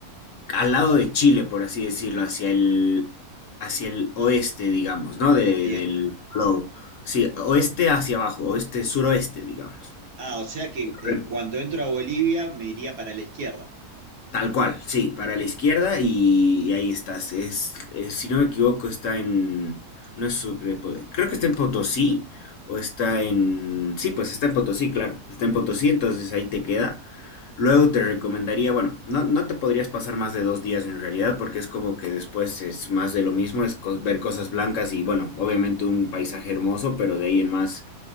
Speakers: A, on the left; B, on the right.
A: al lado de Chile, por así decirlo, hacia el, hacia el oeste, digamos, ¿no? De-
B: Ah, Bien.
A: del globo. Sí, oeste hacia abajo, oeste, suroeste, digamos.
B: Ah, o sea que
A: Correcto.
B: en cuanto entro a Bolivia me iría para la izquierda.
A: Tal cual, sí, para la izquierda y, y ahí estás. Es, es- si no me equivoco, está en... No es Sucre, po- creo que está en Potosí o está en... Sí, pues está en Potosí, claro. Está en Potosí, entonces ahí te queda. Luego te recomendaría, bueno, no, no te podrías pasar más de dos días en realidad porque es como que después es más de lo mismo, es co- ver cosas blancas y bueno, obviamente un paisaje hermoso, pero de ahí en más,